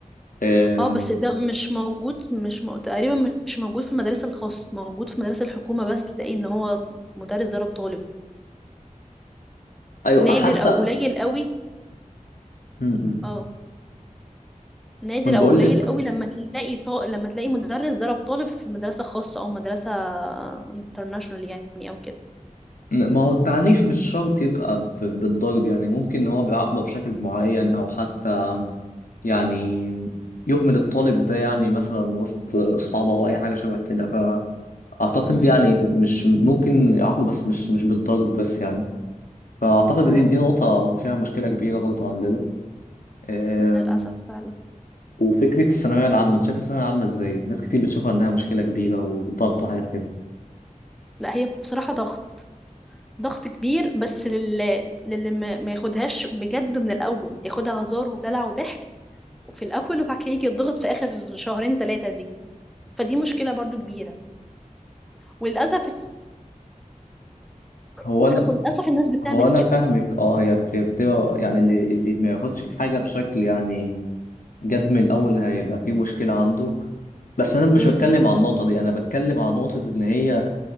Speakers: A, on the left; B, in the centre.
A: أم،
B: اه بس ده مش موجود مش م... تقريبا مش موجود في المدارس الخاصة موجود في مدارس الحكومة بس تلاقي ان هو مدرس ضرب طالب
A: أيوة
B: نادر
A: حتى
B: او قليل قوي
A: م- م.
B: اه نادر
A: كنت
B: او
A: بقول
B: قليل
A: لك
B: قوي لما تلاقي ط... لما تلاقي مدرس ضرب طالب في مدرسة خاصة او مدرسة انترناشونال يعني او كده
A: إن- ما هو التعنيف مش شرط يبقى ب- بالضرب يعني ممكن إن هو بيعاقبه بشكل معين أو حتى يعني يهمل الطالب ده يعني مثلا وسط أصحابه أو أي حاجة شبه كده اعتقد
B: امم
A: يعني مش ممكن يعاقبوا بس مش مش بالضرب بس يعني فاعتقد
B: اه
A: دي دي نقطة فيها مشكلة كبيرة برضه عندنا أم،
B: للأسف فعلا
A: وفكرة الثانوية العامة انت شايف الثانوية العامة ازاي؟ ناس كتير بتشوفها انها مشكلة كبيرة وضغط وحاجات كده
B: لا هي بصراحة ضغط ضغط كبير بس لل... للي ما ما ياخدهاش بجد من الأول ياخدها هزار ودلع وضحك في الأول وبعد كده يجي يتضغط في آخر شهرين ثلاثة دي فدي مشكلة برضو كبيرة وللأسف
A: هو
B: <laughs>
A: انا
B: وللأسف الناس بتعمل
A: هو انا
B: كده
A: فاهمك اه هي بت- بتبقى يعني اللي اللي ما ياخدش الحاجة بشكل يعني جد من الاول هيبقى فيه مشكلة عنده بس انا مش
B: امم
A: بتكلم عن النقطة دي انا بتكلم عن نقطة ان هي